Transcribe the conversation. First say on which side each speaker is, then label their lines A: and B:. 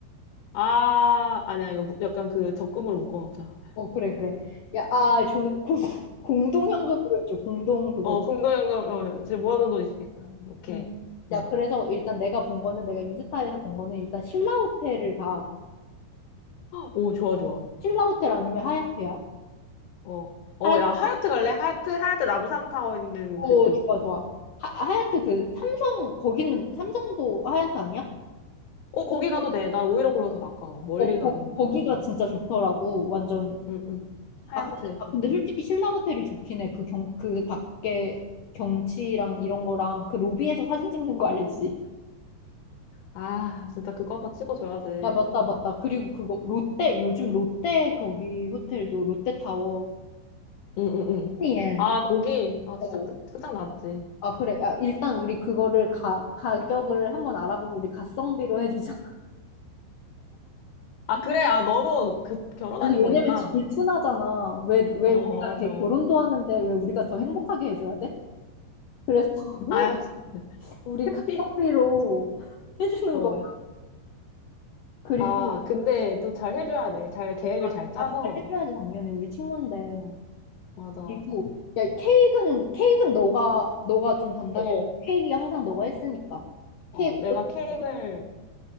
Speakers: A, on the left; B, on the left.
A: 아, 아니야. 이거 무- 약간 그 적금으로 묶어놓자.
B: 어 그래 그래. 야, 아, 좋은 공- 공동현금으로 해줘. 공동 그거.
A: 어, 공동연금, 어, 이제 모아둔 돈 있으니까. 오케이.
B: 음.
A: 네.
B: 야, 그래서 일단 내가 본 거는 내가 인스타에서 본 거는 일단 신라 호텔을 가.
A: 오, 좋아, 좋아.
B: 신라 호텔 아니면 하얏트야.
A: 어. 어,
B: 하얏트
A: 야, 하얏트 갈래? 하얏트, 하얏트 남산타워 있는
B: 오,
A: 그쪽.
B: 좋아 좋아. 하, 하얏트 그 삼성 거기는 삼성도 하얏트 아니야?
A: 어, 거기 가도 돼. 나 오히려 거기가 더 가까워. 멀리
B: 어, 거,
A: 가는 것보다.
B: 거기가 진짜 좋더라고. 완전
A: 응, 응. 하얏트,
B: 아 근데, 아,
A: 오케이.
B: 근데 솔직히 신라 호텔이 좋긴 해. 그 경, 그 밖에 경치랑 이런 거랑 그 로비에서 사진 찍는 거 알지?
A: 아, 진짜 그거 한번 찍어줘야지. 응,
B: 야, 맞다, 맞다. 그리고 그거, 롯데, 요즘 롯데 거기 호텔도 롯데타워.
A: 응, 응.
B: 푸니엘.
A: 아, 거기. 아, 진짜
B: 어,
A: 끝, 끝장나지.
B: 아, 그래. 아, 일단 우리 그거를 가, 가격을 한번 알아보고 우리 가성비로 해주자. <laughs>
A: 아, 그래. 아, 너무 급 결혼하는
B: 아니, 왜냐면
A: 거니까.
B: 질투나잖아. 왜, 왜
A: 어,
B: 우리가
A: 맞아.
B: 걔 결혼도 하는데 왜 우리가 더 행복하게 해줘야 돼? 그래서 <laughs>
A: 아야,
B: 우리
A: 해피.
B: 가성비로 <laughs> 해주는
A: 어.
B: 거야. 그리고,
A: 아, 근데 또 잘 해줘야 돼. 잘 계획을
B: 아,
A: 잘 짜서.
B: 아, 잘해줘야지, 당연히. 우리 친구인데.
A: 응, 맞아, 맞아.
B: 그리고, 야, 케이크는, 케이크는 너가, 너가 좀 담당해.
A: 어,
B: 케이크 항상 너가 했으니까.
A: 어,
B: 케이크
A: 내가
B: 어떻게
A: 케이크를,
B: 할 거야?